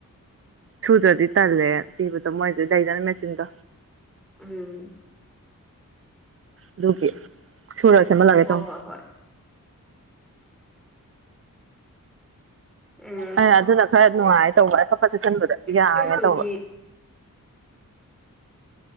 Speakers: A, on the right; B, in the centre.
A: ꯁꯨꯗ꯭ꯔꯗꯤ ꯇꯜꯂꯦ ꯄꯤꯕꯗꯣ ꯃꯣꯏꯗꯤ ꯂꯩꯗꯅ ꯃꯦꯆꯤꯟꯗꯣ
B: ꯎꯝ
A: ꯑꯗꯨꯒꯤ ꯁꯨꯔꯒ ꯁꯦꯝꯍꯜꯂꯛꯑꯒꯦ
B: ꯍꯣꯏ
A: ꯇꯧꯉꯣ
B: ꯍꯣꯏ ꯍꯣꯏ ꯑ
A: ꯑꯩꯅ ꯑꯗꯨꯅ ꯈꯔ ꯅꯨꯡꯉꯥꯏ ꯇꯧꯕ ꯑꯐꯛꯄꯠ ꯆꯠꯁꯤꯟꯕꯗ
B: ꯑꯩꯈꯣꯏ
A: ꯌꯥꯡꯉꯦ
B: ꯁ꯭ꯀꯨꯜꯒꯤ
A: ꯇꯧꯕ